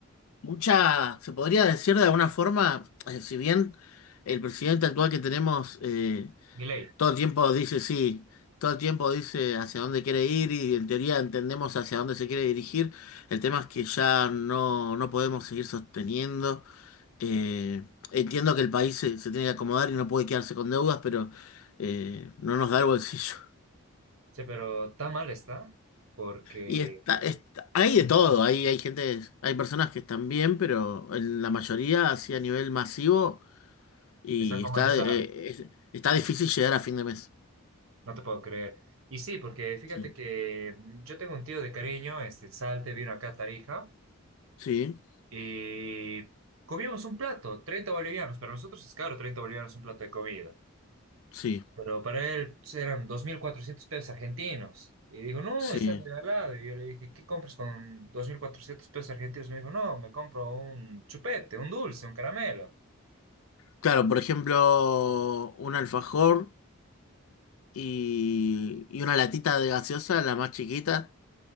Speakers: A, on the left; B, on the right.
A: mucha, se podría decir de alguna forma, eh, si bien el presidente actual que tenemos eh,
B: Milei.
A: todo el tiempo dice sí, todo el tiempo dice hacia dónde quiere ir y en teoría entendemos hacia dónde se quiere dirigir, el tema es que ya no, no podemos seguir sosteniendo. eh, entiendo que el país se, se tiene que acomodar y no puede quedarse con deudas, pero eh, no nos da el bolsillo.
B: Sí, pero tan mal está porque
A: Y está,
B: eh,
A: está- hay de todo, hay, hay gente, hay personas que están bien, pero en la mayoría así a nivel masivo y
B: está con
A: está,
B: malestar.
A: eh, es- está difícil llegar a fin de mes.
B: No te puedo creer. Y sí, porque fíjate
A: Sí,
B: que mm, yo tengo un tío de cariño, este en Salte, vino acá a Tarija
A: sí,
B: y comimos un plato, 30 bolivianos. Para nosotros es caro 30 bolivianos un plato de comida.
A: sí,
B: Pero para él pues, eran 2.400 pesos argentinos. Y dijo, no,
A: sí.
B: está regalado. Y yo le dije, ¿qué compras con 2.400 pesos argentinos? Me dijo, no, me compro un chupete, un dulce, un caramelo.
A: Claro, por ejemplo, un alfajor y, y una latita de gaseosa, la más chiquita,